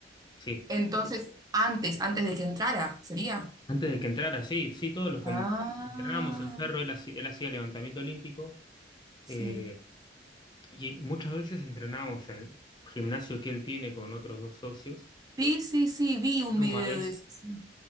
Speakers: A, on the left (about 25°); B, on the right (about 20°).
A: sí,
B: entonces, antes, antes de que entrara, ¿sería?
A: antes de que entrara, sí, sí, todos los com-
B: Ah,
A: entrenábamos en Ferro, él hacía, él hacía levantamiento olímpico,
B: sí.
A: eh, Y muchas veces entrenábamos en el gimnasio que él tiene con otros dos socios,
B: Sí, sí, sí, vi un
A: nómades,
B: video de eso. sí.